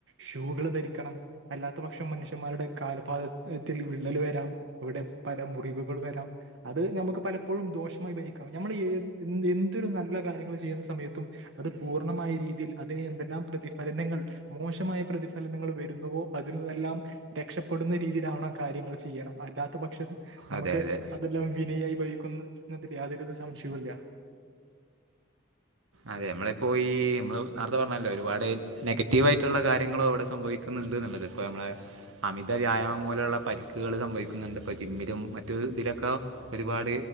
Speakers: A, on the right; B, on the right.
A: ഷൂകൾ ധരിക്കണം അല്ലാത്ത പക്ഷം മനുഷ്യന്മാരുടെ കാലപാതത്തിൽ വിള്ളൽ വരാം ഇവിടെ പല മുറിവുകൾ വരാം അത് നമുക്ക് പലപ്പോഴും ദോഷമായി ഭരിക്കാം നമ്മൾ എന്തൊരു നല്ല കാര്യങ്ങൾ ചെയ്യുന്ന സമയത്തും അത് പൂർണമായ രീതിയിൽ അത് എന്തെല്ലാം പ്രതിഫലനങ്ങൾ മോശമായ പ്രതിഫലനങ്ങൾ വരുന്നുവോ അതില്ല എല്ലാം രക്ഷപ്പെടുന്ന രീതിയിലാവണം കാര്യങ്ങൾ ചെയ്യണം അല്ലാത്ത പക്ഷം നമുക്ക്
B: അതെ അതെ
A: അതെല്ലാം വിനയായി പോയി ക്കുന്നതിൽ യാതൊരുവിധ സംശയില്ല
B: അതെ നമ്മളിപ്പോ ഈ നമ്മള് നേരത്തെ പറഞ്ഞല്ലോ ഒരുപാട് നെഗറ്റീവ് ആയിട്ടുള്ള കാര്യങ്ങളോ അവിടെ സംഭവിക്കുന്നുണ്ട് അ നല്ലത് ഇപ്പൊ നമ്മളെ അമിത വ്യായാമം മൂലമുള്ള പരിക്കുകൾ സംഭവിക്കുന്നുണ്ട് ഇപ്പോ ജിമ്മിലും മറ്റു ഇതിലൊക്കെ ഒരുപാട്